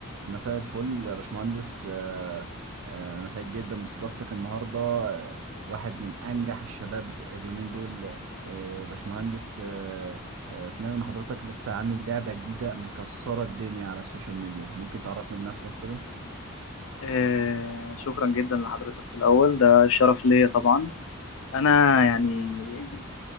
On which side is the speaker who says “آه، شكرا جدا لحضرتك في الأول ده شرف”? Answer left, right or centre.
Left